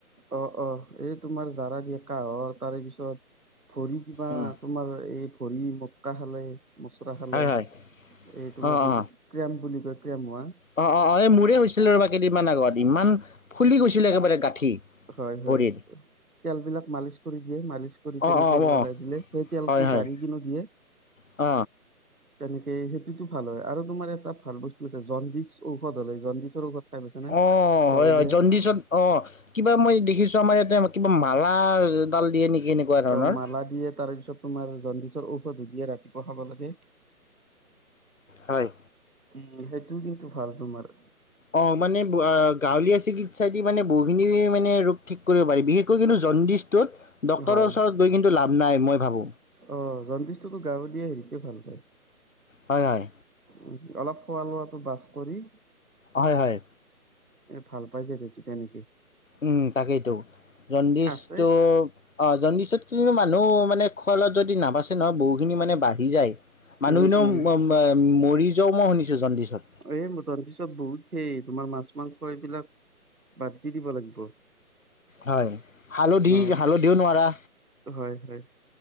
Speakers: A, on the right; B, on the left.
A: অ, ' অ, 'এই তোমাৰ জাৰা দিয়ে কহৰ তাৰে পিছত ধৰি কিবা
B: উম,
A: তোমাৰ এই ভৰি মটকা খালে মচলা খালে
B: হয় হয়
A: এই তোমাৰ
B: অ
A: যোনটো
B: অ
A: ক্ৰেম বুলি কয় ক্ৰেম হোৱা
B: অ, 'অ, 'অ, 'এই মোৰে হৈছিল ৰবা কেইদিনমান আগত ইমান ফুলি গৈছিলে একেবাৰে গাঁঠি
A: হয়, হয়।
B: ভৰিৰ
A: তেল বিলাক মালিচ কৰি দিয়ে মালিচ কৰি
B: অ
A: তেনেকে
B: অ
A: লগাই
B: অ
A: দিলে সেই তেলতটো
B: হয় হয়
A: জাৰি কিনো দিয়ে
B: অ
A: তেনেকে সেইটোতো ভাল হয় আৰু তোমাৰ এটা ভাল বস্তু আছে জণ্ডিছ ঔষধ হলে জণ্ডিচৰ ঔষধ খাই পাইছা নে
B: অ
A: গাঁৱলীয়া
B: হয় হয় জণ্ডিচত অ কিবা মই দেখিছো আমাৰ ইয়াতে কিবা মালা ডাল দিয়ে নেকি এনেকুৱা ধৰণৰ
A: অ মালা দিয়ে তাৰপিছত তোমাৰ জণ্ডিচৰ ঔষধ দিয়ে ৰাতিপুৱা খাব লাগে।
B: হয়।
A: উম, সেইটোও কিন্তু ভাল তোমাৰ
B: অ, ' মানে গাঁৱলীয়া চিকিৎসা দি মানে বহুখিনি মানে ৰোগ ঠিক কৰিব পাৰি বিশেষকৈ কিন্তু জণ্ডিছটোত ডক্তৰৰ
A: হয়
B: ওচৰত গৈ কিন্তু লাভ নাই মই ভাবো
A: অ, ' জণ্ডিচটোতো গাৱঁলীয়া হেৰিতে ভাল পায়।
B: হয়, হয়।
A: উ, অলপ খোৱা লোৱাটো বাছ কৰি
B: হয়, হয়।
A: এ ভাল পাইছে যে নেকী?
B: উম, তাকেইতো জণ্ডিচটো
A: আছে
B: অ, ' জণ্ডিচত কিন্তু মানুহ মানে খুৱলত যদি নাবাচে নহয় বহুখিনি মানে বাঢ়ি যায়। মানুহনে
A: উম উম
B: মৰি যাও মই শুনিছো জণ্ডিচত।
A: এই ম তন পিছত বহুত হেই তোমাৰ মাছ মাংস এইবিলাক বাদ দি দিব লাগিব।
B: হয়, হালধি
A: ন
B: হালধিও নোৱাৰা।
A: হয়, হয়।